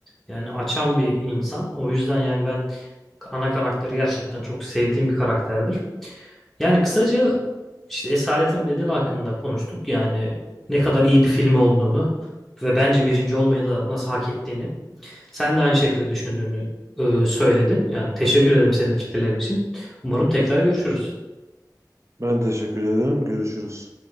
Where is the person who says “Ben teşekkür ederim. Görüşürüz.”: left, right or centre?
Right